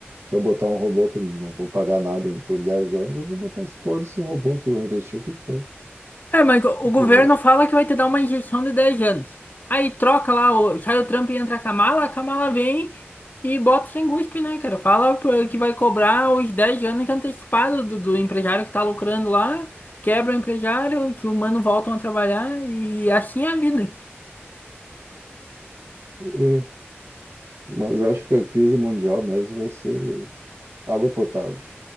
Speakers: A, on the right; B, on the left.
A: Se eu botar um robô que não vou pagar nada em- por 10 anos, eu vou botar esse todo esse robô aqui, vou investir o que for.
B: É, mas o
A: Esse
B: governo
A: ro-
B: fala que vai te dar uma injeção de 10 anos. Aí troca lá, o- sai o Trump e entra a Kamala, a Kamala vem e bota sem guspe, né, cara? Fala pô, que vai cobrar os 10 anos antecipados do, do empresário que tá lucrando lá, quebra o empresário, que o mano voltam a trabalhar e assim é a vida.
A: É. Mas eu acho que a crise mundial mesmo vai ser água potável.